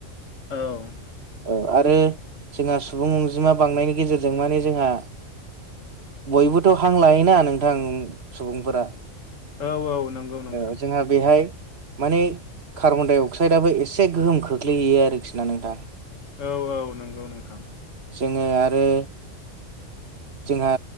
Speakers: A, on the left; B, on the right.
A: औ
B: औ आरो जोंहा सुबुं अनजिमा बांनायनि गेजेरजों माने जोंहा बयबोथ' हां लायोना नोंथां सुबुंफोरा
A: औ औ नंगौ नोंथां।
B: ओ जोंहा बेहाय माने कार्बन डाइ अक्साइदाबो एसे गोहोम खोख्लैहैयो आरोखि ना नोंथां।
A: औ औ नंगौ नोंथां।
B: जोङो आरो जोंहा